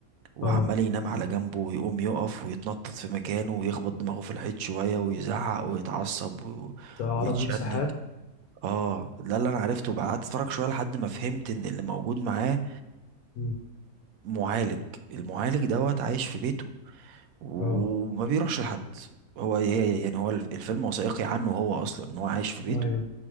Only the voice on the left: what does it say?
اه
ده اعراض
انسحاب
اه
مم.
اه
ايوه